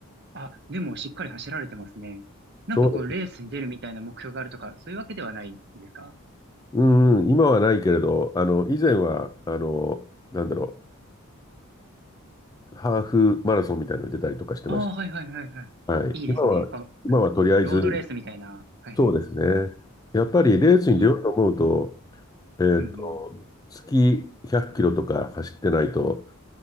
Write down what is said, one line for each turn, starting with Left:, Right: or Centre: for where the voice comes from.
Right: あ、でもしっかり走られてますね。なんかこう、
Left: そ
Right: レースに出るみたいな目標があるとか、そういうわけではないんですか
Left: う、うんうん、今はないけれど、あの、以前は、あの、なんだろう、ハーフマラソンみたいなのに出たりとかしてま
Right: ああー、はいはいはいはい。
Left: はい。
Right: いいですね。
Left: 今は、
Right: こうロ
Left: 今はとりあえず、
Right: ロードレースみたいな。はいはい。
Left: そうですね。やっぱりレースに出ようと思うと、
Right: いいですね。
Left: えーと、
Right: うんうん。
Left: 月100キロとか走ってないと、